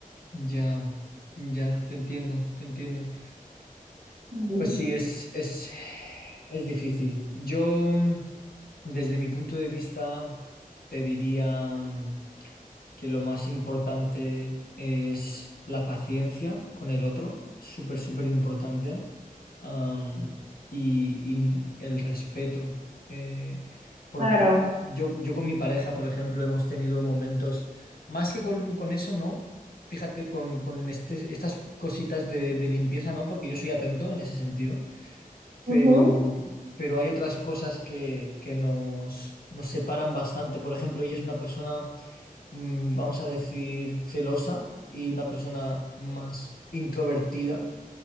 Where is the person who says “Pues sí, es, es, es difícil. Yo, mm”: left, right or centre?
Left